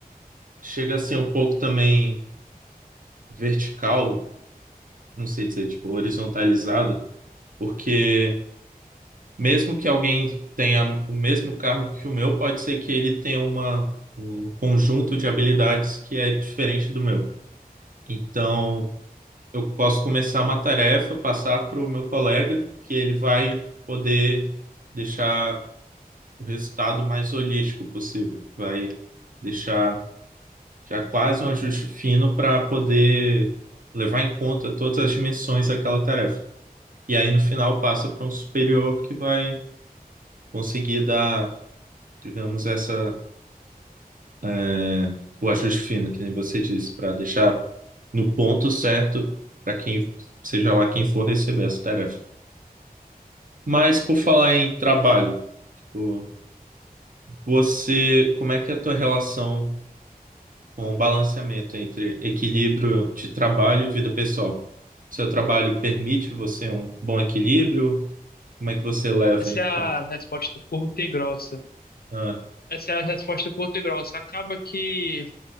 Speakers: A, on the right (about 60°); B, on the left (about 80°).
A: chega a ser um pouco também vertical, não sei dizer, tipo, horizontalizado, porque mesmo que alguém tenha o mesmo carro que o meu, pode ser que ele tenha uma, um conjunto de habilidades que é diferente do meu. Então, eu posso começar uma tarefa, passar para o meu colega, que ele vai poder deixar o resultado mais holístico possível, vai deixar Já é quase um ajuste fino para poder levar em conta todas as dimensões daquela tarefa. E aí, no final, passa para um superior que vai conseguir dar, digamos, essa, é, o ajuste fino, que nem você disse, para deixar no ponto certo para quem, seja lá quem for receber essa tarefa. Mas, por falar em trabalho, tipo, você, como é que é a tua relação? com balanceamento entre equilíbrio de trabalho e vida pessoal. Seu trabalho permite você um bom equilíbrio? Como é que você leva
B: Essa
A: em
B: é a
A: conta?
B: resposta curta e grossa.
A: Ah,
B: Essa é a resposta curta e grossa. Acaba que